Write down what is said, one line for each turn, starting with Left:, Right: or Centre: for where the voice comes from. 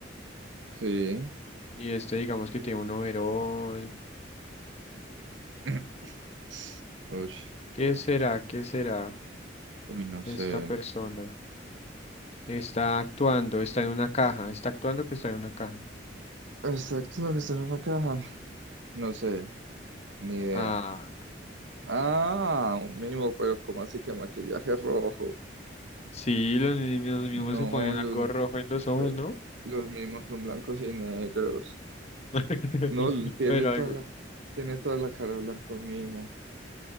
Right: sí.
Left: Y este digamos que tiene un overol.
Right: <clears throat> Uy,
Left: ¿Qué será? ¿Qué será
Right: uy, no sé.
Left: esta persona? Está actuando, está en una caja, está actuando que está en una caja.
Right: Exacto lo que está en la caja. No sé, ni idea.
Left: Ah,
Right: Ah, un mimo, pero ¿cómo así que maquillaje rojo?
Left: sí, los niños mismos
Right: No,
Left: se ponen
Right: los,
Left: algo rojo en los ojos,
Right: eh,
Left: ¿no?
Right: los mimos son blancos y negros.
Left: <laughs>
Right: No, tiene
Left: Pero
Right: toda
Left: algo,
Right: la, tiene toda la cara blanca un mimo.